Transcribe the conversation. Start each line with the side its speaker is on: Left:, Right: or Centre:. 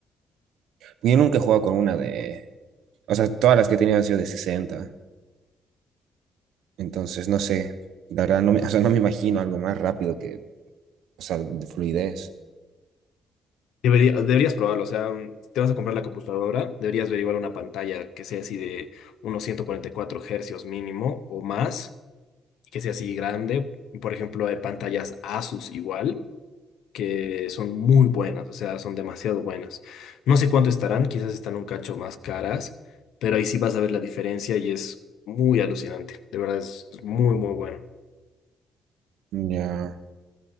Right: Yo nunca he jugado con una de... O sea, todas las que he tenido han sido de sesenta Entonces, no sé. La verdad, no me, <laughs> o sea, no me imagino algo más rápido que... O sea, de fluidez.
Left: Debería- deberías probarlo, o sea, mm, si te vas a comprar la computadora, deberías averiguar una pantalla que sea así de unos 144 hercios mínimo o más que sea así grande. Por ejemplo, hay pantallas Asus igual, que son muy buenas, o sea, son demasiado buenas. No sé cuánto estarán, quizás están un cacho más caras, pero ahí sí vas a ver la diferencia y es muy alucinante. De verdad, es, es muy, muy bueno.
Right: Ya.